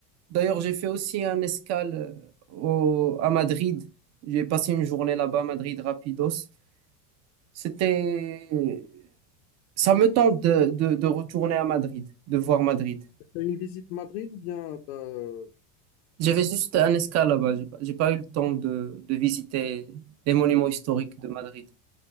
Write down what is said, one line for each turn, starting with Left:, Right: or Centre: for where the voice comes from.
Right: d'ailleurs, j'ai fait aussi un escale euh, au, à Madrid. J'ai passé une journée là-bas à Madrid rapidos. C'était, ça me tente de, de, de retourner à Madrid, de voir Madrid.
Left: t'as eu une visite Madrid ou bien t'as... euh,
Right: J'avais juste un escale là-bas. J'ai pas j'ai pas eu le temps de, de visiter les monuments historiques de Madrid.